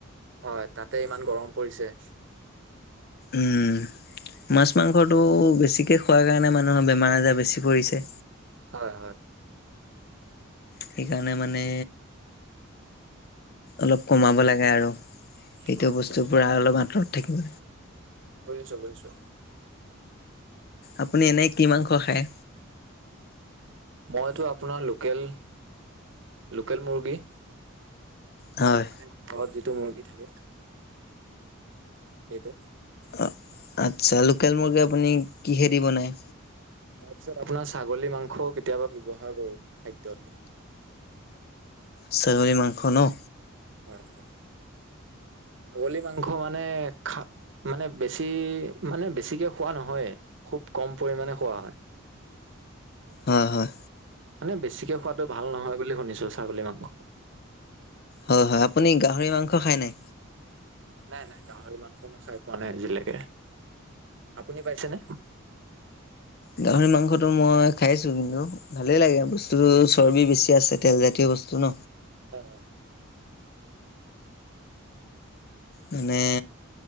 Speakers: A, on the right (about 60°); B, on the left (about 50°).
A: হয়, তাতে ইমান গৰম পৰিছে।
B: উম, মাছ মাংসটো বেছিকে খোৱা কাৰণে মানুহৰ বেমাৰ আজাৰ বেছি পৰিছে।
A: হয় হয়।
B: সেইকাৰণে মানে, অলপ কমাব লাগে আৰু। সেইটো
A: হয়
B: বস্তুৰ
A: বুজিছো
B: পৰা অলপ আঁতৰত থাকিব।
A: বুজিছো বুজিছো।
B: আপুনি এনেই কি মাংস খায়?
A: মইতো আপোনাৰ লোকেল লোকেল মুৰ্গী।
B: হয়।
A: মানে ঘৰত যিটো মুৰ্গী থাকে। সেইটো।
B: অ আচ্ছা লোকেল মুৰ্গী আপুনি কিহেদি বনায়।
A: তাৰ পিছত আপোনাৰ ছাগলী মাংসও কেতিয়াবা ব্যৱহাৰ কৰো খাদ্যত।
B: ছাগলৰি মাংস ন।
A: হয় হয়, ছাগলী মাংস মানে খা মানে বেছি মানে বেছিকে খোৱা নহয় খুব কম পৰিমানে খোৱা হয়।
B: উম, উম।
A: মানে বেছিকে খোৱাতটো ভাল নহয় বুলি শুনিছো ছাগলী মাংস।
B: হয় হয় আপুনি গাহৰি মাংস খাই নাই?
A: নাই নাই গাহৰি মাংস মই খাই পোৱা নাই আজিলৈকে, আপুনি পাইছেনে?
B: গাহৰি মাংসটো মই খাইছো কিন্তু ভালে লাগে বস্তুটো চৰ্বি বেছি আছে তেলজাতীয় বস্তু ন।
A: হয় হয়।
B: মানে